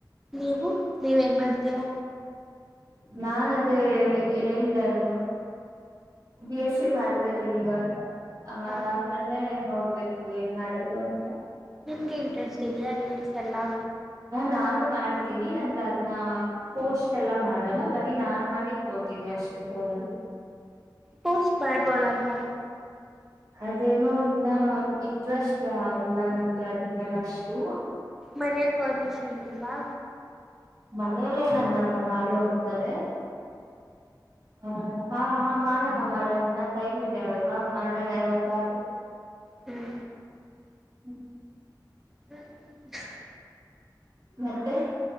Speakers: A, in the centre; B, on the right (about 50°).
A: ನೀವು ನೀವೇನ್ ಮಾಡ್ತೀರಾ.
B: ನಾ ಅದೇ ಹೇಳ್ದೆ ಅಲ್ವಾ. ಬಿ ಎಸ್ ಸಿ ಮಾಡ್ತಾ ಇದೀನಿ ಇವಾಗ
A: ಹ
B: ಅದಾದ್ಮೇಲೆ ನೋಡ್ಬೇಕು. ಏನ್ ಮಾಡದು ಅಂತ
A: ನಿಮ್ಗೆ ಇಂಟ್ರೆಸ್ಟ್ ಇದ್ಯ ರೀಲ್ಸ್ ಎಲ್ಲಾ.
B: ನಾನು ಮಾಡ್ತೀನಿ ಅಂದ್ರೆ ಅದನ್ನ ಪೋಸ್ಟ್ ಎಲ್ಲ ಮಾಡಲ್ಲ ಬರೀ ನಾನ್ ಮಾಡಿಕೊತೀನಿ. ಅಷ್ಟೇ ಫೋನಲ್ಲಿ.
A: ಪೋಸ್ಟ್ ಮಾಡ್ಬೊದಲ್ವಾ.
B: ಅದೇನೂ ಇನ್ನ ಇಂಟ್ರೆಸ್ಟ್ ಆಗಿಲ್ಲ ನನ್ಗೆ ಅದ್ರ ಮೇಲ್ ಅಷ್ಟು.
A: ಮನೇೆಯಲ್ಲಿ ಪರ್ಮಿಷನ್ ಇಲ್ವಾ.
B: ಮನೇಲಿ ಏನ್ ಅನ್ನಲ್ಲ ಮಾಡು ಅಂತಾರೆ. ಹ ಹಾ ಹ ಮಾಡಣ ಮಾಡೋಣ ಇನ್ನ ಟೈಮ್ ಇದೆ ಅಲ್ವಾ ಮಾಡೋಣ ಯಾವ್ಗಾದ್ರು
A: ಹ್ಮ
B: ಹ್ಮ
A: ಹ್ಮ <unintelligible>
B: ಮತ್ತೆ